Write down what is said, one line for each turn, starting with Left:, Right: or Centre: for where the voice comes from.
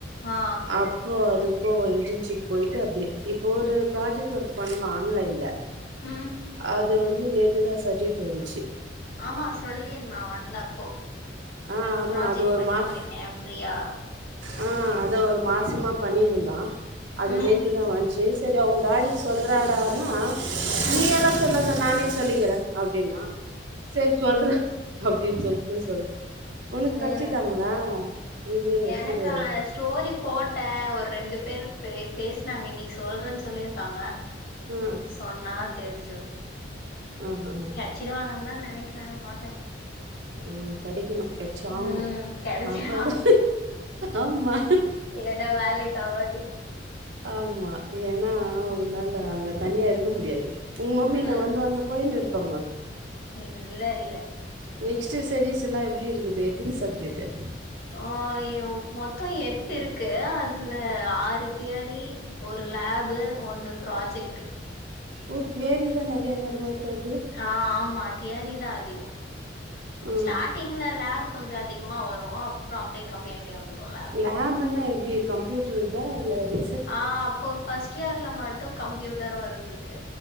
Left: ஆ
Right: அப்போ அது ஓ இன்டர்ன்ஷிப் போயிட்டு அப்டியே இப்போ ஒரு ப்ராஜெக்ட் ஒர்க் பண்ணா ஆன்லைன்ல
Left: ம்
Right: அது வந்து நேத்துதா சட்விட் வன்ச்சு
Left: ஆமா சொல்லிர்ந்தா வந்தப்போ
Right: ஆ ஆமா
Left: ப்ராஜெக்ட்
Right: அது ஒரு
Left: பண்ணிட்ருக்கே
Right: மாச
Left: ஃப்ரீயா
Right: ஆ அத ஒரு மாசமா பண்ணினுந்தா அது
Left: ம்
Right: நேத்துதா வன்ச்சு செரி அவுங் டாடிக் சொல்றாடானா
Left: ம்
Right: நீயெல்லா சொல்லாத நானே சொல்லிக்கிறே அப்டின்னா சேர் சொல்றா அப்டின் சொல்ட்டு சொல் உனுக்
Left: ம்
Right: கச்சிட்டாங்ளா இது
Left: எனக்கா
Right: குடு
Left: ஸ்டோரி போட்டே ஒரு ரெண்டு பேர் பே பேச்னாங்க இன்னிக் சொல்ற சொல்லிர்க்காங்க
Right: ம்
Left: சொன்னா தெர்ஞ்சிரு
Right: ம் ம்
Left: கெட்ச்சிடு வாங்கன்தா நெனைக்கிற பாக்லா
Right: ஆ கெடைக்கிணு கெட்ச்சாவ்ணு
Left: ம் கெடச்சே
Right: அப்பதா ஆமா
Left: இல்லேனா வேலைக்காவாது
Right: ஆமா ஏனா
Left: ம்
Right: உன்னால அங்க தனியா இருக்க முடியாது உங் மம்மி
Left: ம்
Right: நே வந்து வந்த போய்னு இருப்பாங்க
Left: இல்ல இல்ல
Right: நெக்ஸ்டு ஸ்டெடிஸ் எல்லா எப்டி இருக்குது எத்தின சப்ஜெட்டு
Left: ஆ ஏ மொத்தோ எட்டிருக்கூ அதுல ஆறு தியேரி ஒரு லேபு ஒண்ணு ப்ராஜெக்டு
Right: ஓ தியேரிதா நெறையா இருக்குற மாரித் தெர்தூ
Left: ஆ ஆமா தியேரிதா அதிகோ
Right: ம்
Left: ஸ்டாட் டிங்ல லேபு கொஞ்சொ அதிகமா வரு அப்றோ அப்டியே கம்மியாய்ட்டே வந்துரு லேப்
Right: லேபுன்னா எப்டி கம்யூட்ருதா இல்ல அது
Left: ஆ அப்போ ஃபர்ஸ்ட் இயர்ல மட்டு கம்ப்யூட்டரு இருந்ததூ